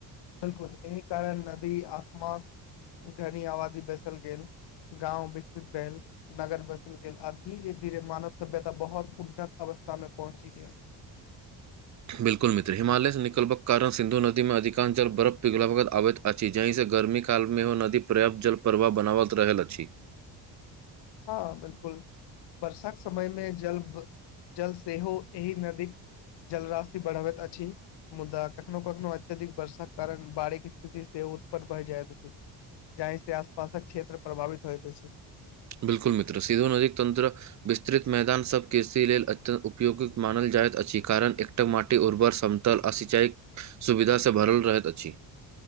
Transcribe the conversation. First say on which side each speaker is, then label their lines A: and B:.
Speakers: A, on the left; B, on the right.
A: बिलकुल एहि कारण नदी आसपास घनी आबादी बैसल गेल गाँव विकसित भेल नगर बसल गेल आ धीरे धीरे मानव सभ्यता बहुत उन्नत अवस्था मे पहुँची गेल।
B: बिल्कुल मित्र हिमालयसँ निकलके कारण सिन्धु नदीमे अधिकांश जल बर्फ पिघलबैत आबैत अछि जाहिसँ गर्मी कालमे ओ नदी पर्याप्त जलप्रवाह बनाबत रहल अछि।
A: हँ बिलकुल वर्षाक समय मे जल प जल सेहो एहि नदीक जलराशि बढ़बैत अछि मुदा कखनो कखनो अत्यधिक वर्षाक कारण बाढिक स्थिति सेहो उत्पन्न भऽ जायत अछि। जाहि से आस पासक क्षेत्र प्रभावित होइत अछि।
B: बिल्कुल मित्र सिंधु नदीक तंत्र विस्तृत मैदान सभ कृषि लेल अत्यन्त उपयोगक मानल जाइत अछि कारण एक र माटि उर्वर समतल आ सिंचाईक सुविधासँ भरल रहैत अछि।